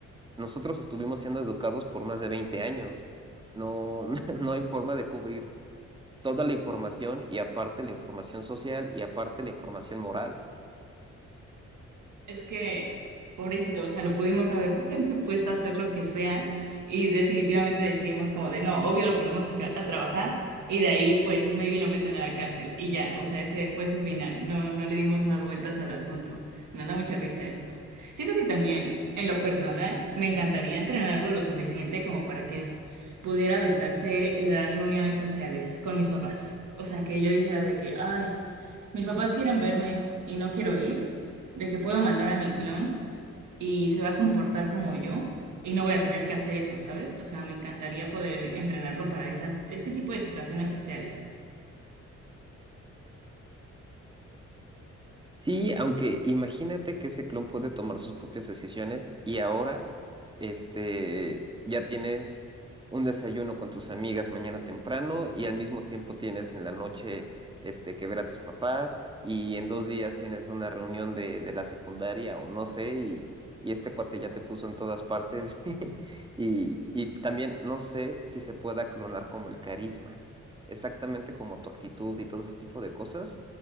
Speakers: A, on the right; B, on the right.
A: nosotros estuvimos siendo educados por más de 20 años. No, <laughs> no hay forma de cubrir toda la información y aparte la información social y aparte la información moral.
B: Es que, pobrecito, o sea, lo pudimos haber <laughs> puesto a hacer lo que sea y definitivamente decidimos como de no, obvio lo ponemos a, ca- a trabajar y de ahí pues maybe lo meten a la cárcel y ya, o sea, ese fue su final, no, no le dimos más vueltas al asunto. Me da mucha risa esto. Siento que también, en lo personal, me encantaría entrenarlo lo suficiente como para que pudiera aventarse las reuniones sociales con mis papás. O sea, que yo dijera de que, ay, mis papás quieren verme y no quiero ir de que puedo mandar a mi clon y se va a comportar como yo y no voy a tener que hacer eso, ¿sabes? O sea, me encantaría poder entrenarlo para estas, este tipo de situaciones sociales.
A: Sí, aunque imagínate que ese clon puede tomar sus propias decisiones y ahora, este, ya tienes un desayuno con tus amigas mañana temprano y al mismo tiempo tienes en la noche, este, que ver a tus papás y en dos días tienes una reunión de, de la secundaria o no sé y, y este cuate ya te puso en todas partes <laughs> y, y también no sé si se pueda clonar como el carisma, exactamente como tu actitud y todo ese tipo de cosas